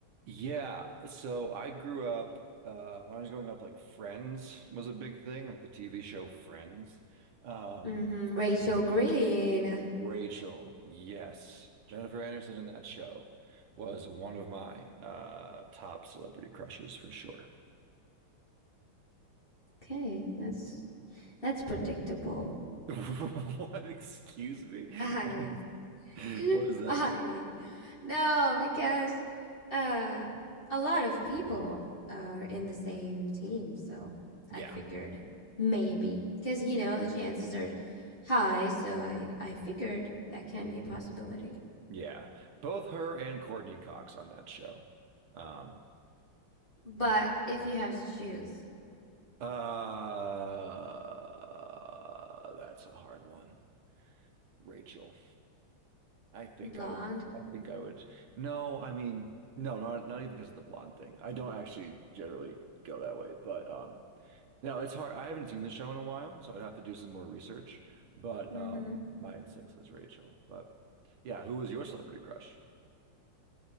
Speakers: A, on the right; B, on the left.
A: Yeah, so I grew up uh, when I was growing up, like Friends was a big thing, like the TV show Friends. Um,
B: hmm Rachel Green.
A: Rachel, yes, Jennifer Anderson in that show was one of my uh, top celebrity crushes for sure.
B: Okay, that's that's predictable.
A: <laughs> What? Excuse me?
B: I
A: What is-
B: mean,
A: what does
B: <laughs>
A: that
B: I
A: mean?
B: mean, no, because uh, a lot of people are in the same team, so
A: Yeah,
B: I figured maybe because you know the chances are high, so I I figured that can be a possibility.
A: yeah, both her and Courtney Cox on that show. Um,
B: But if you have to choose
A: uh, that's a hard one. Rachel. I think
B: blonde,
A: I would. I think I would. No, I mean, no, not not even because of the blonde thing. I don't actually generally go that way, but um, no, it's hard. I haven't seen the show in a while, so I'd have to do some more research. But
B: mm-hmm.
A: um, my instinct says Rachel. But yeah, who was your celebrity crush?